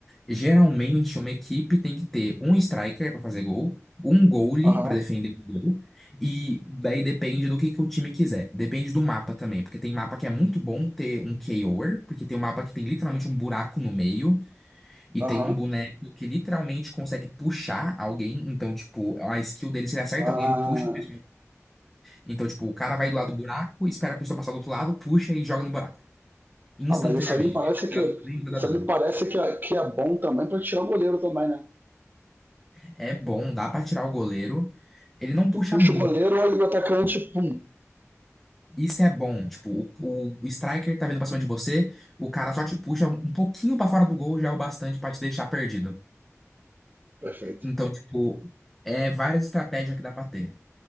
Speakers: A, in the centre; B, on the right (about 40°).
A: geralmente uma equipe tem que ter um striker pra fazer gol, um goalie
B: Aham,
A: pra defender o gol, e daí depende do que, que o time quiser. Depende do mapa também, porque tem mapa que é muito bom ter um KOer, porque tem um mapa que tem literalmente um buraco no meio, e
B: aham.
A: tem um boneco que literalmente consegue puxar alguém. Então, tipo, a skill dele, se ele acerta
B: Ah,
A: alguém, ele puxa. e faz um Então, tipo, o cara vai do lado do buraco, espera a pessoa passar do outro lado, puxa e joga no buraco. Instantaneamente.
B: Ah, mas isso aí me parece
A: Nem vai
B: que.
A: nem vai
B: Isso
A: dar dano.
B: aí me parece que é, que é bom também pra tirar o goleiro também, né?
A: É bom, dá pra tirar o goleiro. Ele não puxa
B: Tu puxa
A: muito.
B: o goleiro, olha o atacante, pum.
A: Isso é bom. Tipo, o, o, o striker tá vindo pra cima de você, o cara só te puxa um pouquinho pra fora do gol, já é o bastante pra te deixar perdido.
B: Perfeito.
A: Então, tipo, é várias estratégias que dá pra ter.